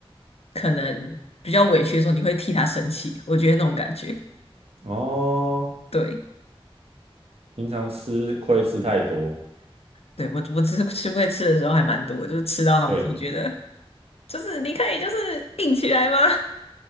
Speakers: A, on the left; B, on the right.
A: 可能比较委屈的时候，你会替他生气，我觉得那种感觉。
B: 哦。
A: 对，
B: 平常吃亏吃太多，
A: 对，我我吃吃龟吃的时候还蛮多就是吃到他们就觉得，
B: 对，
A: 就是你可以就是硬起来吗？<laughs>